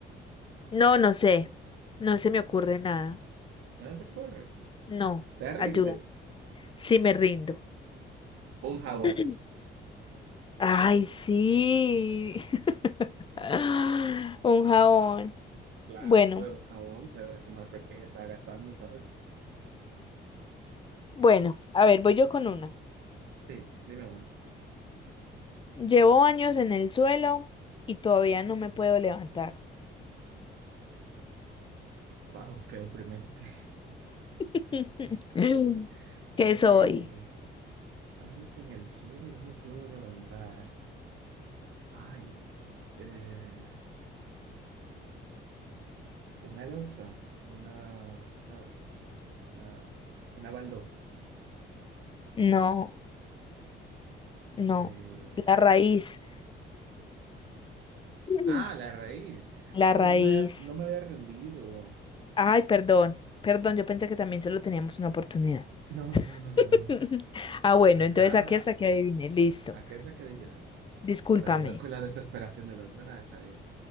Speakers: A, on the left; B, on the right.
A: No, no sé. No se me ocurre nada.
B: ¿No te ocurre?
A: No.
B: ¿Te rindes?
A: Ayuda. Sí me rindo.
B: Un jabón.
A: <clears throat> Ay, sí. <laughs> Un jabón.
B: Claro,
A: Bueno,
B: pero un jabón se ve más pequeña, está gastando, ¿sabes?
A: bueno, a ver, voy yo con una.
B: Sí, dime una.
A: Llevo años en el suelo y todavía no me puedo levantar.
B: Wow, qué deprimente.
A: <laughs>
B: <laughs>
A: ¿Qué
B: Eh,
A: soy?
B: Años en el suelo y no me puedo levantar. Ay, eh, una losa, una, ¿sabes? Una, una baldosa.
A: No, no.
B: Eh,
A: La raíz. <laughs>
B: ah, la raíz. Ah,
A: La
B: pero
A: raíz.
B: no me había, no me había rendido.
A: Ay, perdón, perdón, yo pensé que también solo teníamos una oportunidad.
B: No, no, no, no, no,
A: <laughs>
B: no.
A: Ah, bueno,
B: Acá,
A: entonces aquí hasta que adivine, listo.
B: acá es la que dijimos.
A: Discúlpame.
B: Para jugar con la desesperación del otro. Nada, está bien.